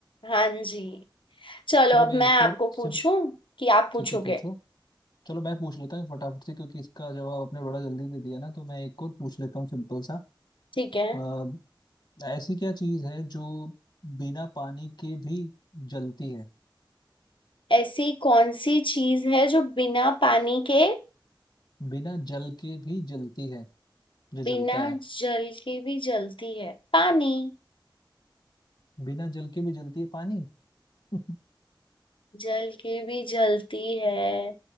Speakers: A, on the left (about 80°); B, on the left (about 60°).
A: हाँ जी चलो
B: चलो
A: अब
B: मैं
A: मैं
B: एक
A: आपको
B: और सिम
A: पूछूं कि आप पूछोगे
B: ठीक है पूछो चलो मैं पूछ लेता हूँ फटाफट से क्योंकि इसका जवाब आपने बड़ा जल्दी दे दिया ना तो मैं एक और पूछ लेता हूँ सिंपल सा
A: ठीक है
B: अ, ऐसी क्या चीज है जो बिना पानी के भी जलती है
A: ऐसी कौन सी चीज है जो बिना पानी के
B: बिना जल के भी जलती है जो
A: बिना
B: जलता है
A: जल के भी जलती है पानी
B: बिना जल के भी जलती है पानी <laughs>
A: जल के भी जलती है